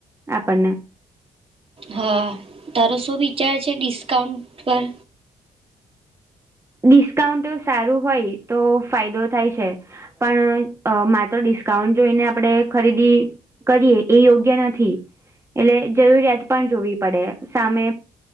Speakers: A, on the right; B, on the right.
A: આપણને
B: હા તારો શું વિચાર છે ડિસ્કાઉન્ટ પર.
A: ડિસ્કાઉન્ટ સારું હોય તો ફાયદો થાય છે. પણ અ માત્ર ડિસ્કાઉન્ટ જોઈને આપણે ખરીદી. કરીએ એ યોગ્ય નથી એટલે જરૂરિયાત પણ જોવી પડે. સામે